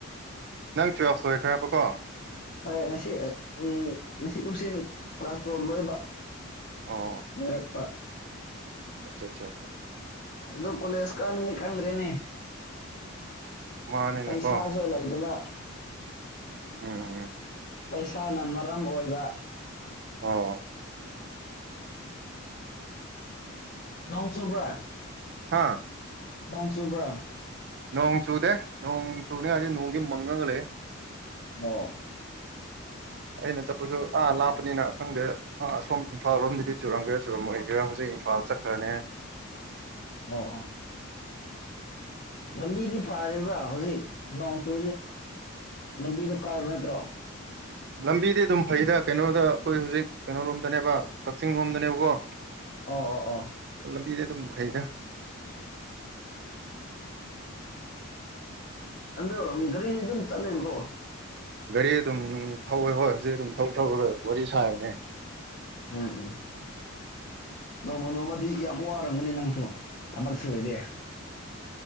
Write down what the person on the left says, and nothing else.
ꯍꯣꯏ ꯉꯁꯤ ꯎꯝ ꯉꯁꯤ ꯀꯨꯝꯁꯤꯅ ꯀ꯭ꯂꯥꯁ ꯇꯨꯌꯦꯞ ꯂꯣꯏꯕ
ꯍꯔꯄꯥ
ꯑꯗꯨꯀꯨꯜꯦ ꯏꯁꯀꯥꯅꯤ ꯆꯪꯗ꯭ꯔꯦꯅꯦ
ꯄꯩꯁꯥꯁꯨ ꯂꯩꯗꯕ
ꯄꯩꯁꯥꯅ ꯃꯔꯝ ꯑꯣꯏꯕ
ꯅꯪꯁꯜꯕ꯭ꯔꯥ
ꯅꯣꯡ ꯆꯨꯕ꯭ꯔꯥ
ꯑꯣ
ꯑ ꯑ ꯂꯝꯕꯤꯗꯤ ꯐꯥꯔꯤꯕ꯭ꯔꯥ ꯍꯧꯖꯤꯛ ꯅꯣꯡ ꯁꯣ ꯂꯝꯕꯤꯗ ꯀꯥꯔꯕ ꯅꯠꯇ꯭ꯔꯣ
ꯑꯣ ꯑꯣ ꯑꯣ
ꯑꯗꯣ ꯒꯥꯔꯤꯗꯤ ꯑꯗꯨꯝ ꯆꯠꯂꯦꯀꯣ
ꯎꯝ ꯎꯝ ꯅꯣꯡꯃ ꯅꯣꯡꯃꯗꯤ ꯌꯥꯝ ꯋꯥꯔꯝꯒꯅꯤ ꯅꯪꯁꯨ ꯊꯕꯛ ꯁꯨꯨꯔꯗꯤ